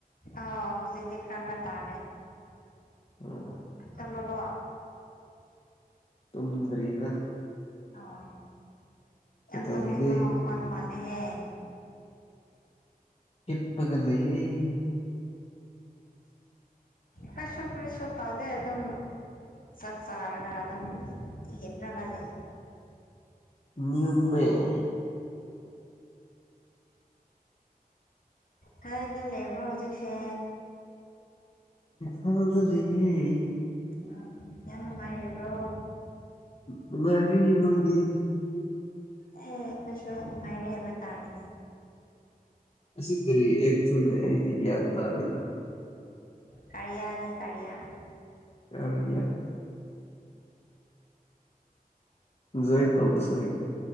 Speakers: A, on the left; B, on the left.
A: ꯑꯥꯎ ꯍꯧꯖꯤꯛꯗꯤ ꯈꯔ ꯈꯔ ꯇꯥꯔꯦ
B: ꯑꯣ
A: ꯇꯨꯝꯃꯕꯣ
B: ꯇꯨꯝꯗꯔꯤꯗꯥ꯫
A: ꯑꯣ
B: ꯀꯩꯗꯧꯔꯤꯒꯦ
A: ꯌꯥꯝ ꯇꯨꯝꯅꯤꯡꯕ ꯃꯈꯣꯟ ꯃꯥ ꯂ‌ꯦꯍꯦ
B: ꯍꯤꯞꯄꯒ ꯂꯩꯌꯦ꯫
A: ꯈꫭꯏꯁꯨ ꯀꯔꯤꯁꯨ ꯇꯧꯗꯦ ꯑꯗꯨꯝ ꯆꯥꯛ ꯆꯥꯔꯒ ꯑꯗꯨꯝ ꯍꯤꯞꯂꯒ ꯂꯩ
B: ꯅ꯭ꯌꯨ ꯃ‌ꯦ
A: ꯀꯥꯏꯗ ꯂꯩꯕ꯭ꯔ‌ꯣ ꯍꯧꯖꯤꯛꯁꯦ
B: ꯏꯝꯐꯥꯜꯗ ꯂꯩꯌꯦ
A: ꯎꯝ ꯌꯥꯝ ꯅꯨꯡꯉꯥꯏꯔꯤꯕ꯭ꯔꯣ
B: ꯅꯨꯡꯉꯥꯏꯔꯤ ꯅꯣꯏꯗꯤ
A: ꯑꯦ ꯑꯈ‌ꯣꯏꯁꯨ ꯅꯨꯡꯉꯥꯏꯔꯤ ꯍꯥꯏꯕ ꯇꯥꯔ‌ꯦꯅ‌ꯦ
B: ꯑꯁꯤ ꯀꯔꯤ ꯑꯦꯛꯊꯨꯅ‌ꯦ ꯑꯩꯗꯤ ꯒꯌꯥꯟ ꯇꯥꯗ‌ꯦꯗ
A: ꯀꯥꯔꯌꯥꯅꯤ ꯀꯥꯔꯌꯥ
B: ꯀꯔꯤꯌꯥ ꯖꯣꯏꯟ ꯇꯧꯕꯨꯁꯨꯨ ꯍꯩꯇ‌ꯦ